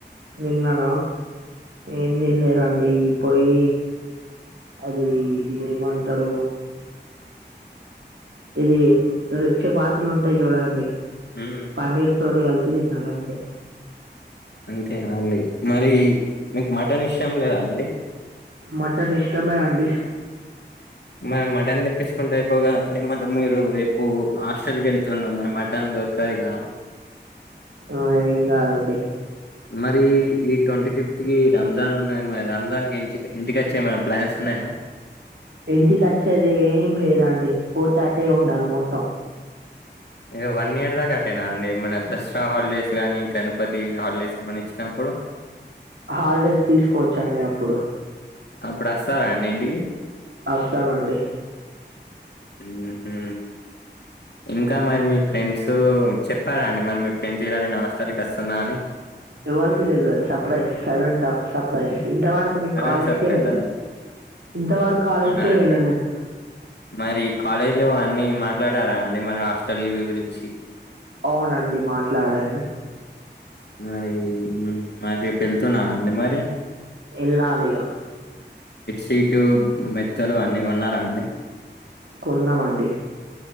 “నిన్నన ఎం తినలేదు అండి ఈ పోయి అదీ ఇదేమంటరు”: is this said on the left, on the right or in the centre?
Right